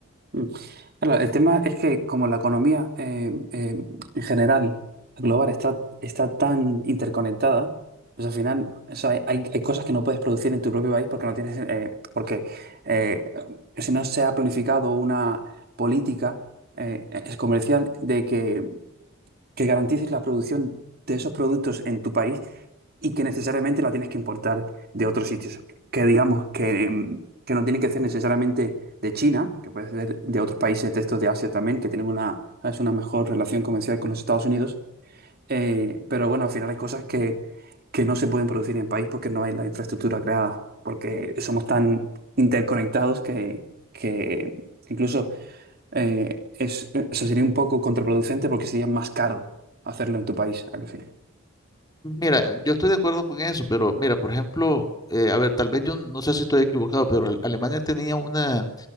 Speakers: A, on the right (about 50°); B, on the left (about 20°).
A: Mm. Claro, el tema es que como la economía eh, eh, en general, global, está, está tan interconectada, pues al final o sea, hay, hay- hay cosas que no puedes producir en tu propio país porque no tienes, eh, porque eh, si no se ha planificado una política eh, es comercial de que que garantices la producción de esos productos en tu país y que necesariamente la tienes que importar de otros sitios. Que digamos que, em, que no tiene que ser necesariamente de China, que puede ser de otros países de estos de Asia también, que tienen una, ¿sabes? una mejor relación comercial con los Estados Unidos. Eh, pero bueno, al final hay cosas que, que no se pueden producir en el país porque no hay la infraestructura creada, porque somos tan interconectados que, que incluso eh, es, eh, o sea, sería un poco contraproducente porque sería más caro hacerlo en tu país, ¿a que sí?
B: Mira, yo estoy de acuerdo con eso, pero mira, por ejemplo, eh, a ver, tal vez yo no sé si estoy equivocado, pero Al- Alemania tenía una